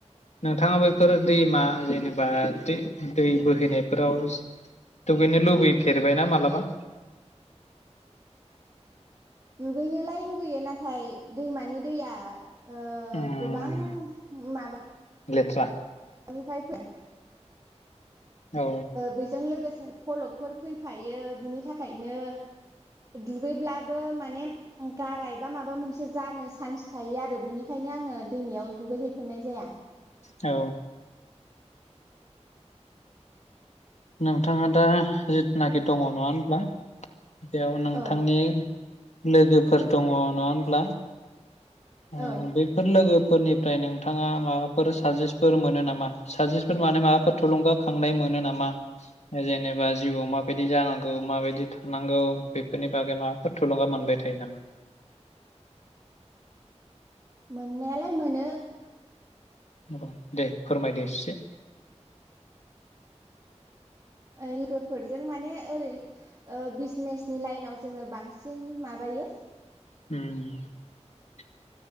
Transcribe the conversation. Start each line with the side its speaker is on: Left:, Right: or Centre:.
Left: नोंथाङा बेैफोर दैमा जेनेबा दै बोहैनायफोराव दुगैनो लुबैफेरबायना मालाबा?
Right: दुगैनोलाय लुगैयो नाथाय दैमानि दैया ओ
Left: उम
Right: गोबां माबा
Left: लेथ्रा
Right: <unintelligible> ओ
Left: औ
Right: बेजों लोगोसे फलकफोर फैफायो बिनि थाखायनो दुगैब्ला बो माने गारायबा माबा मोनसे जानो चान्स थायो आरो बिनिखायनो आङो दैमायाव दुगैहैफेरनाय जाया।
Left: औ नोंथाङा दा जिथुनाखि दङ नङा होनब्ला? बेयाव नोंथांनि?
Right: औ
Left: लोगोफोर दङ नङा होनोमब्ला? ओ
Right: औ
Left: बेफोर लोगो फोरनिफ्राय नोंथाङा माबाफोर साजेस्टफोर मोनो नामा साजेसटफोर माने माबाफोर थुलुंगा खांनाय मोनो नामा जेनेबा जिउआव माबायदि जानांगौ माबायदि थानांगौ बेफोरनि बागै माबाफोर थुलुंगा मोनबाय थायो नामा?
Right: मोननायालाय मोनो।
Left: अ दे फोरमायदो एसे
Right: लोगोफोरजों माने ओरै बिजनेसनि लाइनाव जोङो बांसिन माबायो
Left: ओम